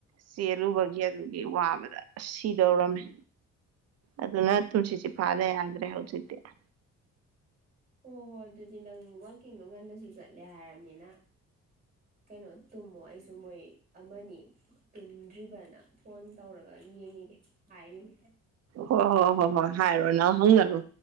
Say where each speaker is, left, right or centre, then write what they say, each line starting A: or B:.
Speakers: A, on the right; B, on the right.
A: ꯆꯦꯜꯂꯨꯕꯒꯤ ꯑꯗꯨꯒꯤ ꯋꯥꯕꯗ ꯁꯤꯗꯧꯔꯝꯃꯦ ꯑꯗꯨꯅ ꯇꯁꯤ ꯆꯦ ꯐꯥꯗꯦ꯭ꯔꯦ ꯍꯧꯧꯁꯤꯤꯇ
B: ꯍꯣꯏ ꯍꯣꯏ ꯑꯗꯨꯗꯤ ꯅꯪ ꯋꯥꯛꯀꯤꯡꯗꯣ ꯉꯟꯅꯁꯨ ꯆꯠꯂꯦ ꯍꯥꯏꯔꯕꯅꯤꯅ ꯀꯩꯅꯣ ꯇꯨꯝꯃꯣ ꯑꯩꯁꯨ ꯃꯣꯏ ꯑꯃꯅꯤ ꯇꯨꯝꯗ꯭ꯔꯤꯕꯅ ꯐꯣꯟ ꯇꯧꯔꯒ ꯌꯦꯡꯉꯤꯒꯦ ꯍꯥꯏꯔꯤꯉꯦ
A: ꯍꯣꯏ ꯍꯣꯏ ꯍꯣꯏ ꯍꯣꯏ ꯍꯥꯏꯔꯣ ꯅꯪ ꯍꯪꯒꯅꯨ